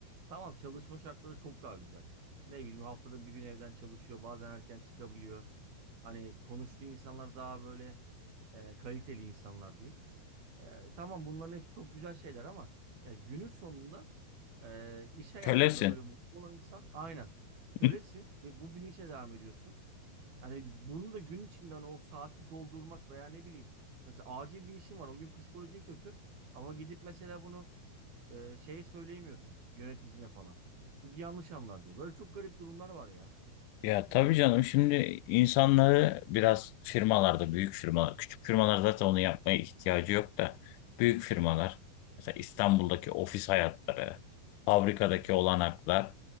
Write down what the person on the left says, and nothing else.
Kölesin.
<laughs>
Ya tabii canım şimdi insanları biraz firmalarda büyük firmalar küçük firmalar zaten onu yapmaya ihtiyacı yok da büyük firmalar mesela İstanbul'daki ofis hayatları fabrikadaki olanaklar